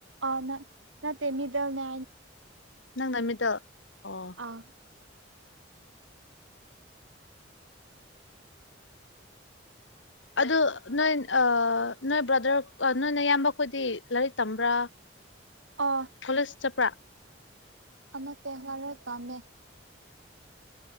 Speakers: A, on the right (about 85°); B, on the left (about 70°).
A: ꯑ ꯅ ꯅ ꯇꯃꯤꯗ ꯅ
B: ꯅꯪ ꯅꯨꯃꯤꯠꯇ ꯑꯣ
A: ꯑꯥ
B: ꯑꯗꯨ ꯅꯣꯏ ꯅꯣꯏ ꯕ꯭ꯔꯗꯔ ꯅꯣꯏꯅ ꯏꯌꯥꯝꯕꯈꯣꯏꯗꯤ ꯂꯥꯏꯔꯤꯛ ꯇꯝꯕ꯭ꯔꯥ
A: ꯑꯣꯐ
B: ꯀꯣꯂꯦꯖ ꯆꯠꯄ꯭ꯔꯥ
A: ꯑꯃ ꯇꯦꯍꯔ ꯄꯥꯝꯃꯦ